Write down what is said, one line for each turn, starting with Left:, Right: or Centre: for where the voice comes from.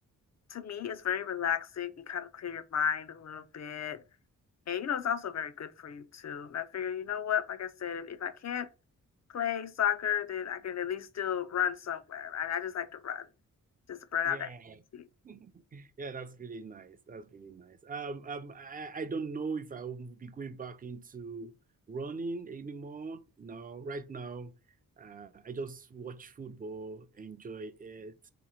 Left: to me, it's very relaxing and kind of clear your mind a little bit. And, you know, it's also very good for you too. And I figure, you know what? Like I said, if, if I can't play soccer, then I can at least still run somewhere. Right? I just like to run, just to burn
Right: Yeah.
Left: out that energy.
Right: <laughs> Yeah, that's really nice. That's really nice. Um, um, I, I don't know if I will be going back into running anymore. No, right now, uh, I just watch football, enjoy it.